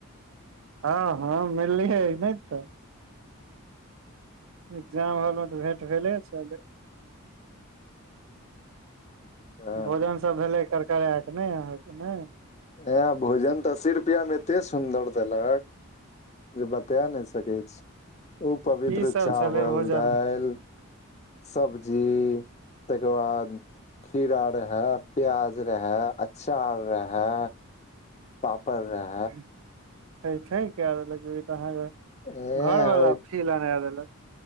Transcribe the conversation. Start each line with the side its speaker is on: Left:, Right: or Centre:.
Right: हँ हँ मिललियै नहि तऽ एग्जाम हॉल मे तऽ भेट भेले छलै
Left: ह
Right: भोजन सब भेलै करकरायकेँ नहि अहाँके नहि
Left: एह भोजन तऽ अस्सी रुपैयामे एतेक सुन्दर देलक जे बता नहि सकै छी ओ पवित्र
Right: की सब
Left: चावल
Right: छलै भोजन
Left: दालि सब्जी ताहिके बाद खीरा रहै प्याज रहै अचार रहै पापड़ रहै
Right: थैय थैय कैय देलक ई तऽ अहाँक
Left: एह
Right: घरवला
Left: होय
Right: फील अना देलक